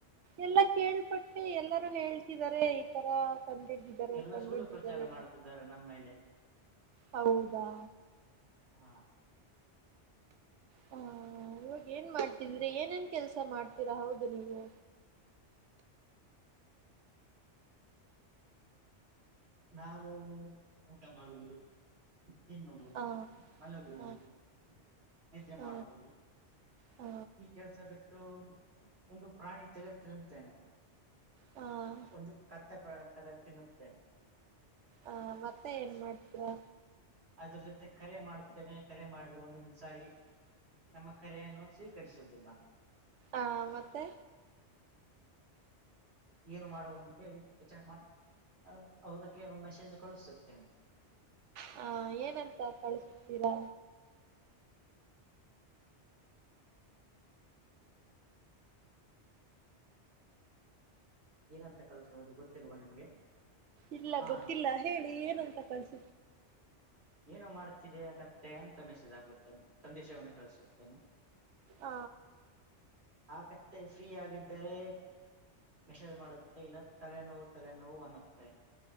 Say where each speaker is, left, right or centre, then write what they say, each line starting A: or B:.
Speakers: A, on the right; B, on the right.
A: ಎಲ್ಲ ಕೇಳ್ಪಟ್ಟೆ ಎಲ್ಲರೂ ಹೇಳ್ತಿದ್ದಾರೆ ಈ ತರ ಕಂಡ್ದಿದ್ದಿದ್ದಾರೆ
B: ಎಲ್ಲ
A: ಕಂಡ್ದಿದ್ದಿದ್ದಾರೆ
B: ಸುಳ್ಳು ಪ್ರಚಾರ ಮಾಡುತ್ತಿದ್ದಾರೆ ನಮ್ಮ ಮೇಲೆ
A: ಹೌದಾ.
B: ಹ
A: ಹಾ ಇವಾಗ ಏನ್ ಮಾಡ್ತಿದ್ರಿ ಏನೇನ್ ಕೆಲ್ಸ ಮಾಡ್ತೀರಾ ಹೌದು ನೀವು.
B: ನಾನು ಊಟ ಮಾಡುವುದು. ತಿನ್ನುವುದು
A: ಹ
B: ಮಲಗುವುದು
A: ಹ
B: ನಿದ್ದೆ
A: ಹ
B: ಮಾಡುವುದು
A: ಹ
B: ಈ ಕೆಲಸ ಬಿಟ್ಟು ಒಂದು ಪ್ರಾಣಿ ತಲೆ ತಿನ್ನುತೇನೆ
A: ಹ ಹ
B: ಒಂದು ಕತ್ತೆಪ ತ ತಿನ್ನುತ್ತೇ
A: ಆ ಮತ್ತೆ ಏನ್ ಮಾಡ್ತೀರಾ.
B: ಅದ್ರ ಜೊತೆ ಕರೆ ಮಾಡುತ್ತೇನೆ ಕರೆ ಮಾಡಿದ್ರೆ ಒಂದೊಂದಸಾರಿ ನಮ್ಮ ಕರೆಯನ್ನು ಸ್ವೀಕರಿಸುವುದಿಲ್ಲ.
A: ಆ ಮತ್ತೆ
B: ಏನು ಮಾಡುವ ಅಂತೇಳಿ ವಿಚಾರ ಮಾಡಿ ಅದಕ್ಕೆ ಮೆಸೇಜ್ ಕಳಿಸುತ್ತೇನೆ.
A: ಹಾ ಏನಂತ ಕಳಿಸುತ್ತಿರಾ
B: ಏನಂತ ಕಳ್ಸೋದು ಗೊತ್ತಿಲ್ವಾ ನಿಮ್ಗೆ
A: ಇಲ್ಲ
B: ಹಾ
A: ಗೊತ್ತಿಲ್ಲ ಹೇಳಿ ಏನಂತ ಕಳ್ಸ
B: ಏನು ಮಾಡುತ್ತಿದ್ದೀಯ ಕತ್ತೆ ಅಂತ ಮೆಸೇಜ್ ಹಾಕುತ್ತೇನೆ ಸಂದೇಶವನ್ನು ಕಳಿಸುತ್ತೇನೆ.
A: ಹ
B: ಆ ಕತ್ತೆ ಫ್ರೀ ಆಗಿದ್ದರೆ ಮೆಸೇಜ್ ಮಾಡುತ್ತೆ ಇಲ್ಲ ತಲೆನೋವು ತಲೆನೋವು ಅನ್ನುತ್ತೆ.